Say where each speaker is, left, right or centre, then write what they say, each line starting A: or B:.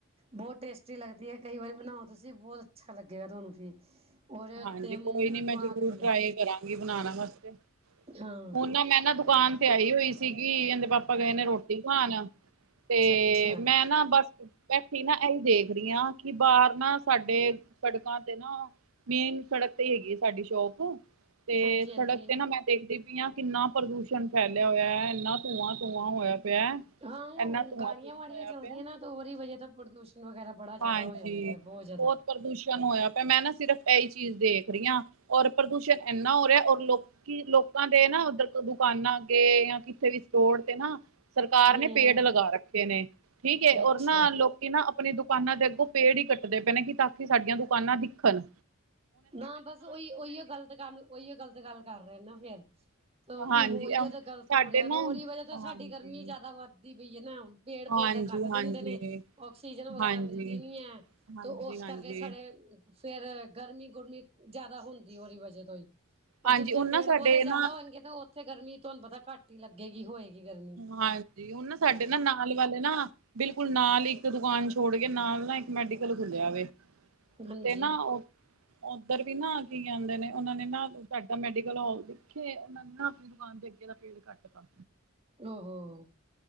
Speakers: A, on the right; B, on the right.
A: ਬੋਤ ਟੇਸਟੀ ਲੱਗਦੀ ਐ ਕਈ ਵਾਰੀ ਬਣਾਓ ਤੁਸੀਂ ਬੋਹਤ ਅੱਛਾ ਲੱਗੇਗਾ ਤੁਹਾਨੂੰ ਵੀ। ਉਹਦੇ ਉੱਤੇ
B: ਹਾਂਜੀ
A: ਮੂੰ
B: ਕੋਈ ਨੀ ਮੈਂ
A: ਪਾ
B: ਜ਼ਰੂਰ
A: ਕੇ ਬਨਾ
B: ਟਰਾਈ ਕਰਾਂਗੀ ਬਣਾਣਾ ਆਸਤੇ
A: ਹਾਂ
B: ਹੁਣ ਨਾ ਮੈਂ ਨਾ ਦੁਕਾਨ ਤੇ ਆਈ ਹੋਈ ਸ ਸੀਗੀ ਏਂਦੇ ਪਾਪਾ ਗਏ ਨੇ ਰੋਟੀ ਖਾਣ ਤੇ
A: ਅੱਛਾ ਅੱਛਾ
B: ਮੈਂ ਨਾ ਬਸ ਬੈਠੀ ਨਾ ਏਈ ਦੇਖ ਰਹੀ ਆ ਕਿ ਬਾਰ ਨਾ ਸਾਡੇ ਸੜਕਾਂ ਤੇ ਨਾ ਮੇਨ ਸੜਕ ਤੇ ਈ ਹੈਗੀ ਐ ਸਾਡੀ ਸ਼ੋਪ ਤੇ
A: ਹਾਂਜੀ ਹਾਂਜੀ
B: ਸੜਕ ਤੇ ਨਾ ਮੈਂ ਦੇਖਦੀ ਪਈ ਆ ਕਿੰਨਾ ਪ੍ਰਦੂਸ਼ਣ ਫੈਲਿਆ ਹੋਇਆ ਐਨਾ ਧੂੰਆਂ- ਧੂੰਆਂ ਹੋਇਆ ਪਿਆ।
A: ਹਾਂ ਉਹ
B: ਇੰਨਾ ਧੂੰਆਂ
A: ਗਾੜੀਆਂ
B: ਧੂੰਆਂ
A: ਵਾੜੀਆਂ
B: ਹੋਇਆ
A: ਚੱਲਦੀਆਂ
B: ਪਿਆ
A: ਨਾ ਤਾ ਉਹਦੀ ਵਜ੍ਹਾ ਤਾ ਪ੍ਰਦੂਸ਼ਣ ਵਗੈਰਾ ਬੜਾ
B: ਹਾਂਜੀ
A: ਜਾਦਾ ਹੋ ਜਾਂਦਾ ਬੋਤ ਜਾਦਾ।
B: ਬਹੁਤ ਪ੍ਰਦੂਸ਼ਣ ਹੋਇਆ ਪਿਆ ਮੈਂ ਨਾ ਸਿਰਫ ਐਈ ਚੀਜ਼ ਦੇਖ ਰੀ ਆ ਔਰ ਪ੍ਰਦੂਸ਼ਣ ਐਨਾ ਹੋ ਰਿਹਾ ਔਰ ਲੋਕ ਕੀ ਲੋਕਾਂ ਦੇ ਨਾ ਉੱਧਰ ਕੋ ਦੁਕਾਨਾਂ ਅੱਗੇ ਜਾਂ ਕਿੱਥੇ ਵੀ ਸਟੋਰ ਤੇ ਨਾ ਸਰਕਾਰ
A: ਹੂੰ
B: ਨੇ ਪੇੜ ਲਗਾ ਰੱਖੇ ਨੇ ਠੀਕ ਐ
A: ਅੱਛਾ
B: ਔਰ ਨਾ ਲੋਕ ਕੀ ਨਾ ਅਪਨੇ ਦੁਕਾਨਾਂ ਦੇ ਅੱਗੋਂ ਪੇੜ ਈ ਕੱਟਦੇ ਪਏ ਨੇ ਕਿ ਤਾਂ ਕਿ ਸਾਡੀਆਂ ਦੁਕਾਨਾਂ ਦਿਖਨ।
A: ਹਾਂ ਬਸ ਉ ਉਹੀਓ ਗਲ ਤੇ ਗੱਲ ਉਹੀਓ ਗਲ ਤੇ ਗੱਲ ਕਰ ਰੇ ਆ ਨਾ ਫੇਰ। ਤੋ
B: ਹਾਂਜੀ
A: ਉਹੀਓ
B: ਅ
A: ਤਾਂ ਗਲਤ
B: ਸਾਡੇ
A: ਹੋ ਰਿਆ
B: ਨਾ
A: ਤਾਂ ਉਹਦੀ ਵਜ੍ਹਾ ਤੋਂ
B: ਹਾਂਜੀ
A: ਸਾਡੀ ਗਰਮੀ ਜਾਦਾ ਵੱਧਦੀ ਪਈ ਐ ਨਾ। ਪੇੜ
B: ਹਾਂਜੀ
A: ਪੋਦੇ ਕੱਟ
B: ਹਾਂਜੀ
A: ਦਿੰਦੇ ਨੇ ਆਕਸੀਜਨ ਵਗੈਰਾ
B: ਹਾਂਜੀ
A: ਮਿਲਦੀ ਨੀ ਐ।
B: ਹਾਂਜੀ
A: ਤੋ ਉਸ
B: ਹਾਂਜੀ
A: ਕਰਕੇ ਸਾਡੇ ਫੇਰ ਗਰਮੀ-ਗੁਰਮੀ ਜਾਦਾ ਹੁੰਦੀ ਓਦੀ ਵਜਾ ਤੋਂ ਈ। ਉਹ
B: ਹਾਂਜੀ
A: ਜਿੱਥੇ
B: ਹੁਣ ਨਾ
A: ਪੇੜ
B: ਸਾਡੇ
A: ਪੋਦੇ ਜਾਦਾ
B: ਨਾ
A: ਹੋਣਗੇ ਤਾਂ ਉੱਥੇ ਗਰਮੀ ਤੁਹਾਨੂੰ ਪਤਾ ਘੱਟ ਈ ਲੱਗੇਗੀ ਹੋਏਗੀ। ਗਰਮੀ
B: ਹਾਂਜੀ ਉਹ ਨਾ ਸਾਡੇ ਨਾ ਨਾਲ ਵਾਲੇ ਨਾ ਬਿਲਕੁਲ ਨਾਲ ਇੱਕ ਦੁਕਾਨ ਛੋੜ ਕੇ ਨਾਲ ਨਾ ਇੱਕ ਮੈਡੀਕਲ ਖੁੱਲਿਆ ਵੇ।
A: ਹਾਂਜੀ
B: ਤੇ ਨਾ ਔ ਏਧਰ ਵੀ ਨਾ ਆ ਕੀ ਕੇਦੇ ਨੇ ਉਹਨਾਂ ਨੇ ਨਾ ਸਾਡਾ ਮੈਡੀਕਲ <unintelligible> ਉਹ ਨੇ ਨਾ ਦੁਕਾਨ ਦੇ ਅੱਗੇ ਦਾ ਪੇੜ ਕੱਟ ਤਾ।
A: ਔ ਹੋ।